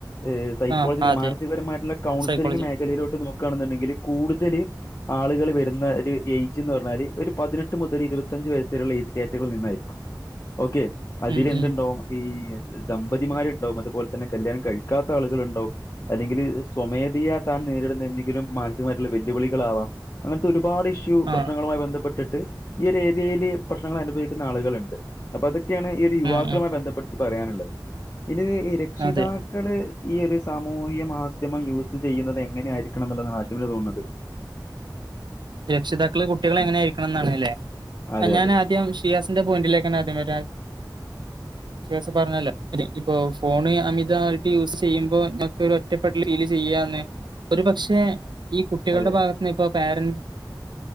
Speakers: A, on the left; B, on the right.
A: ഏഹ് സൈക്കോളജിക്കൽ
B: ആഹ് അതെ
A: മാനസികപരമായിട്ടുള്ള കൗൺസിലിംഗ്
B: സൈക്കോളജി
A: മേഖലയിലോട്ട് നോക്കുകയാണെന്നുണ്ടെങ്കിൽ കൂടുതല് ആളുകൾ വരുന്ന ഒരു ഏജ് എന്ന് പറഞ്ഞാല് ഒരു പതിനെട്ട് മുതൽ ഇരുപത്തിഞ്ച വയസ്സുള്ള ഏജ് റ്റകൾ നിന്നായിരിക്കും ഓക്കെ അതിൽ
B: ഉം
A: എന്തുണ്ടാവും
B: ഉം
A: ഈ ദമ്പതിമാരുണ്ടാവും അതുപോലെ തന്നെ കല്യാണം കഴിക്കാത്ത ആളുകൾ ഉണ്ടാവും അല്ലെങ്കിൽ സ്വമേധയാ ത നേരിടുന്ന എന്തെങ്കിലും മാനസികമായിട്ടുള്ള വെല്ലുവിളികളാവാം അങ്ങനത്തെ ഒരുപാട് ഇഷ്യൂ പ്രശ്നങ്ങളുമായി
B: ആഹ്
A: ബന്ധപ്പെട്ടിട്ട് ഈ ഒരു ഏരിയയില്ൽ പ്രശ്നങ്ങൾ അനുഭവിക്കുന്ന ആളുകളുണ്ട് അപ്പൊ അതൊക്കെയാണ് ഈ ഒരു യുവാക്കളുമായി
B: ഉം ഉം
A: ബന്ധപ്പെട്ട് പറയാനുള്ളത് ഇനി രക്ഷിതാക്കള്
B: അതെ
A: ഈ ഒരു സാമൂഹിക മാധ്യമം യൂസ് ചെയ്യുന്നത് എങ്ങനെയ ആയിരിക്കണം എന്നുള്ളതാണ് ആശുപന് തോന്നുന്നത്
B: രക്ഷിതാക്കള് കുട്ടികൾ എങ്ങനൊയിയിരിക്കണം എന്നാണ് അല്ലേ
A: അതെ
B: ഞാനാദ്യ
A: അതെ
B: ഷിയാസിന്റെ പോയിന്റിലേക്കാണ് ആദ്യം വരാ അസ പറഞ്ഞല്ല ഇപ്പൊ ഫോണ് അമിതമായിട്ട് യൂസ് ചെയ്യുമ്പോ ക്ക ഒറ്റപ്പെ ഫീല് ചെയ്യാന്ന് ഒരു പക്ഷെ ഈ കുട്ടികളുടെ
A: അതെ
B: ഭാഗത്ത്ന്ന് ഇപ്പോൊ പാരൻറ്